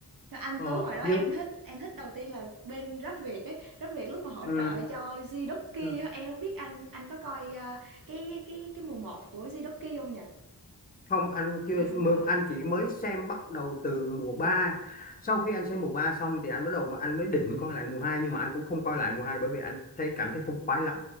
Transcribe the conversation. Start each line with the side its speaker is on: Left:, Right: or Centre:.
Right: Anh
Left: ờ,
Right: Tú hồi đó
Left: nhưng
Right: em thích, em thích đầu tiên là bên Rap Việt ấy, Rap Việt lúc mà hỗ
Left: ừ,
Right: trợ cho Zidoki
Left: ừ.
Right: em không biết anh anh có coi, ờ, cái cái cái mùa một của Zidoki không nhỉ?
Left: không anh chưa
Right: À, không
Left: mơ-
Right: coi,
Left: anh chỉ mới xem bắt đầu từ mùa ba sau khi anh xem mùa 3 xong thì anh bắt đầu mà anh mới định coi lại mùa hai nhưng mà anh cũng không coi lại mùa hai bởi vì anh thấy cảm thấy không khoái lắm